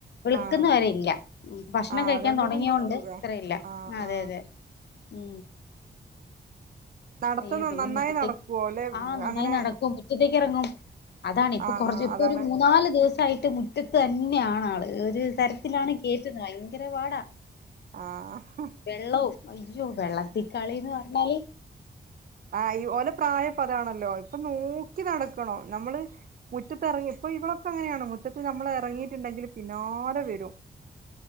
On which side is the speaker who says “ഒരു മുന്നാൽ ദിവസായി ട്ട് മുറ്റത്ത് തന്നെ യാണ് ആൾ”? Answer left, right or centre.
Left